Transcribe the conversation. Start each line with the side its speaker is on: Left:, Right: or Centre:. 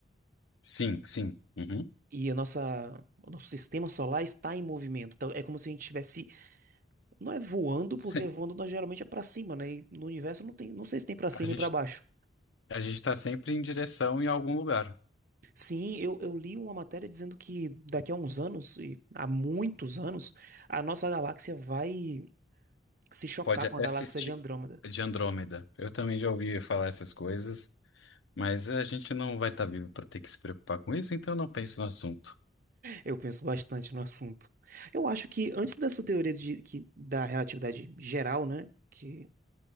Left: Sim, sim. uhum.
Right: E a nossa, o nosso sistema solar está em movimento. Então é como se a gente estivesse, não é voando,
Left: Se-
Right: porque voando nós geralmente é para cima, né? E no universo não tem, não sei se tem para cima
Left: a gente,
Right: e para baixo.
Left: a gente está sempre em direção em algum lugar.
Right: Sim, eu, eu li uma matéria dizendo que daqui a uns anos, e há muitos anos, a nossa galáxia vai se chocar
Left: Pode até
Right: com a galáxia
Left: assistir
Right: de Andrômeda.
Left: de Andrômeda. Eu também já ouvi falar essas coisas, mas a gente não vai estar vivo para ter que se preocupar com isso, então eu não penso no assunto.
Right: Eu penso bastante no assunto. Eu acho que antes dessa teoria de, que, da relatividade geral, né, que,